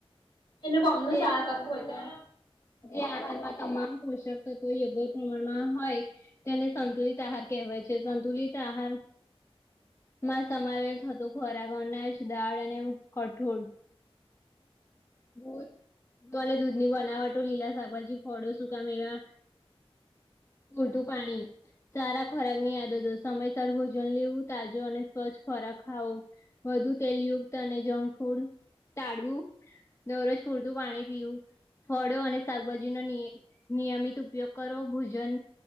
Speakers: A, on the left; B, on the left.
A: એમને કોમનું
B: જે
A: શઆ કરવું હોય તો
B: જે આહારમાં તમામ પોષક તત્વો યોગ્ય પ્રમાણમાં હોય તેને સંતુલિત આહાર કહેવાય છે. સંતુલિત આહાર માં સમાવેશ હતો ખોરાક અનાજ દાળ અને કઠોળ દૂધ બને દૂધ ની બનાવટો લીલા શાકભાજી ફળો સુકા મેવા ઉર્દુ પાણી સારા ખોરાકની આદતો સમયસર ભોજન લેવું તાજો અને સ્વચ્છ ખોરાક ખાવો વધુ તેલયુક્ત અને જંક ફૂડ ટાળવું દરરોજ પૂરતું પાણી પીવું ફળો અને શાકભાજી નો નિય નિયમિત ઉપયોગ કરો ભોજન